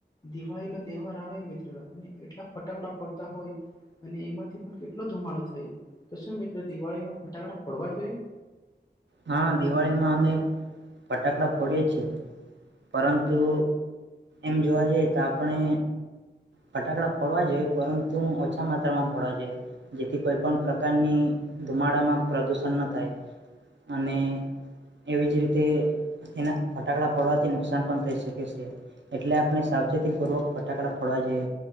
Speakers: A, on the left; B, on the right.
A: દિવાળી ન તહેવાર આવે મિત્ર અને એટલા ફટાકડા ફરતા હોય અને એમાંથી પણ કેટલો ધુમાડો થાય તો શું મિત્રો દિવાળીમાં ફટાકડા ફોડવા જોઈએ
B: હા દિવાળીમાં અમે ફટાકડા ફોડીએ છીએ પરંતુ એમ જોવા જઈએ તો આપણે ફટાકડા ફડવા જોયે પરંતુ ઓછા માત્રામાં ફોડવા જોયે જેથી કોઈપણ પ્રકારની ધુમાડામાં પ્રદૂષણ ન થાય અને એવી જ રીતે એના ફટાકડા ફોડવાથી નુકસાન પણ થઈ શકે છે એટલે આપણે સાવચેતીપૂર્વક ફટાકડા ફડવા જઈએ